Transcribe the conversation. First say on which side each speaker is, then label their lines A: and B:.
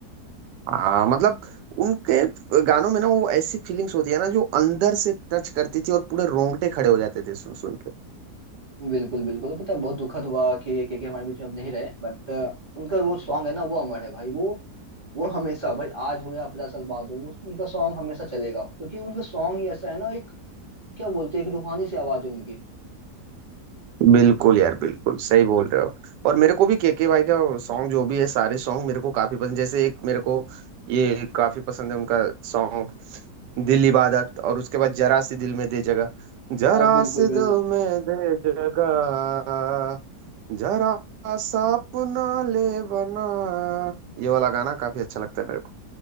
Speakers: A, on the right; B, on the right.
A: हाँ मतलब उनके गानों में ना वो ऐसी फीलिंग्स होती है ना जो अंदर से टच करती थी और पूरे रोंगटे खड़े हो जाते थे सुन सुन के
B: बिल्कुल बिल्कुल पता है बहुत दुखद हुआ कि के के हमारे बीच में अब नहीं रहे बट उनका वो सॉन्ग है ना वो अमर है भाई वो वो हमेशा भाई आज हो या पचास साल बाद हो वो उनका सॉन्ग हमेशा चलेगा क्योंकि उनका सॉन्ग ही ऐसा है ना एक क्या बोलते हैं एक रूहानी सी आवाज है उनकी
A: बिल्कुल यार बिल्कुल सही बोल रहे हो और मेरे को भी केके भाई का सॉन्ग जो भी है सारे सॉन्ग मेरे को काफी पसंद जैसे एक मेरे को ये काफी पसंद है उनका सॉन्ग दिल इबादत और उसके बाद जरा सी दिल में दे जगह जरा
B: आ, बिल्कुल
A: सी
B: बिल्कुल
A: दिल में दे जगह जरा सा अपना ले बना ये वाला गाना काफी अच्छा लगता है मेरे को